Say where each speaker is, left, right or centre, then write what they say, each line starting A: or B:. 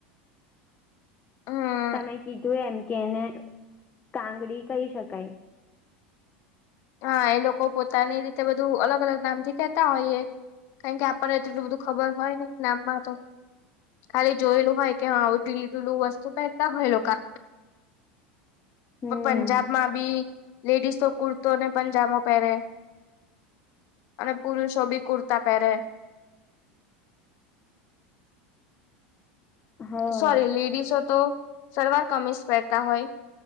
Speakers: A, on the left; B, on the left.
A: હમ
B: તમે કીધું એમ કે એને કાંગડી કહી શકાય.
A: હા એ લોકો પોતાની રીતે બધું અલગ અલગ નામ થી કેતા હોય એ કારણ કે આપણને એટલું બધું ખબર હોય ને નામ માં તો ખાલી જોયેલું હોય કે હા આવું ઢીલી ઢીલું વસ્તુ પહેરતા હોય લોકા
B: હમ,
A: પંજાબ માં બી લેડીસો કુર્તો ને પંજામો પહેરે. અને પુરુષો બી કુર્તા પહેરે
B: હા,
A: સોરી લેડીસો તો સલવાર કમીસ પહેરતા હોય.